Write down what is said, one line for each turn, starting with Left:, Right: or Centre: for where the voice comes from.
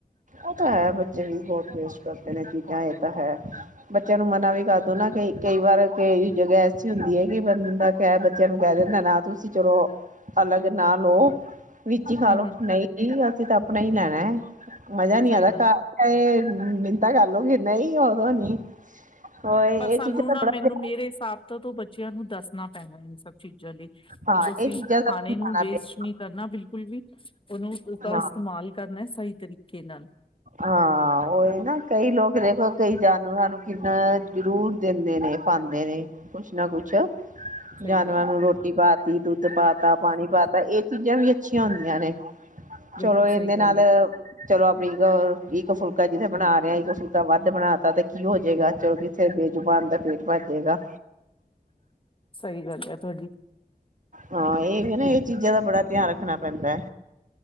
Right: ਉਹ ਤਾਂ ਹੈ ਬੱਚੇ ਵੀ ਬਹੁਤ ਵੇਸਟ ਕਰਦੇ ਨੇ ਚੀਜ਼ਾਂ, ਇਹ ਤਾਂ ਹੈ। ਬੱਚਿਆਂ ਨੂੰ ਮਨਾ ਵੀ ਕਰਦੋ ਨਾ ਕ, ਕਈ ਵਾਰ ਕ ਜਗ੍ਹਾ ਐਸੀ ਹੁੰਦੀ ਹੈ ਕਿ ਬੰਦਾ ਕਹਿ, ਬੱਚਿਆਂ ਨੂੰ ਕਹਿ ਦਿੰਦਾ ਨਾ ਤੁਸੀਂ ਚਲੋ ਅਲੱਗ ਨਾ ਲੋ। ਵਿੱਚ ਹੀ ਖਾ
Left: ਹੂੰ
Right: ਲੋ,
Left: ਹੂੰ,
Right: ਨਹੀਂ ਅਸੀਂ ਤਾਂ ਆਪਣਾ ਹੀ ਲੈਣਾ ਹੈ। ਮਜਾ ਨਹੀਂ
Left: ਸਹੀ
Right: ਆਂਦਾ, ਘਰ
Left: ਗੱਲ
Right: ਤੇ ਮਿੰਨਤਾ ਕਰ ਲੋਗੇ। ਨਹੀਂ। ਓਦੋ ਨੀ। ਉਹ ਇਹ
Left: ਪਰ ਸਾਨੂੰ
Right: ਚੀਜ਼ਾਂ ਦਾ
Left: ਨਾ,
Right: ਬੜਾ
Left: ਮੈਨੂੰ, ਮੇਰੇ ਹਿਸਾਬ ਤਾਂ ਤੂੰ ਬੱਚਿਆਂ ਨੂੰ ਦੱਸਣਾ ਪੈਣਾ ਇਹਨ ਸ। ਚੀਜ਼ਾਂ ਲਈ, ਕਿ
Right: ਹਾਂ
Left: ਤੁਸੀਂ
Right: ਇਹ ਚੀਜ਼ਾਂ ਦਾ
Left: ਖਾਣੇ
Right: ਸਮਝਾਉਣਾ
Left: ਨੂੰ ਵੇਸਟ
Right: ਪਏ
Left: ਨਹੀਂੀ ਕਰਨਾ ਬਿਲਕੁਲ ਵੀ, ਉਹਨੂੰ ਉਸਦਾ
Right: ਹਾਂ
Left: ਇਸਤੇਮਾਲ ਕਰਨਾ ਸਹੀ ਤਰੀਕੇ ਨਾਲ।
Right: ਹਾਂ ਉਹ ਨਾ ਕਈ ਲੋਕ ਦੇਖੋ ਕਈ ਜਾਨਵਰਾਂ ਨੂੰ, ਕਿੰਨਾ ਜ਼ਰੂਰ ਦਿੰਦੇ ਨੇ, ਪਾਉਂਦੇ ਨੇ ਕੁਛ ਨਾ ਕੁਛ।
Left: ਸਹੀ
Right: ਜਾਨਵਰਾਂ
Left: ਗੱਲ ਹੈ
Right: ਨੂੰ ਰੋਟੀ, ਦੁੱਧ ਪਾਤਾ ਪਾਣੀ ਪਾਤਾ, ਇਹ ਚੀਜ਼ਾਂ ਵੀ ਅੱਛੀਆਂ ਹੁੰਦੀਆਂ ਨੇ।
Left: ਬਿਲਕੁਲ
Right: ਚਲੋ ਇਹਦੇ
Left: ਸਹੀ
Right: ਨਾਲ,
Left: ਗੱਲ ਹੈ,
Right: ਚਲੋ ਆਪਣੀ ਫੁਲਕਾ ਜਿੱਥੇ ਬਣਾ ਰਿਹਾ, ਕੋਈ ਫੁਲਕਾ ਵੱਧ ਬਣਾ ਤਾ, ਤੇ ਕੀ ਹੋ ਜਾਏਗਾ, ਚਲੋ ਕਿਸਥੇ ਬੇਜੂਬਾਨ ਦਾ ਪੇਟ ਭੱਜਜੇਗਾ।
Left: ਸਹੀ ਗੱਲ ਹੈ। ਤੁਹਾਡੀ
Right: ਹਾਂ, ਇਹ ਨਾ
Left: ਬਿਲਕੁਲ
Right: ਇਹ ਚੀਜ਼ਾਂ ਦਾ ਬੜਾ ਧਿਆਨ ਰੱਖ ਰਖਣਾ ਪੈਂਦਾ।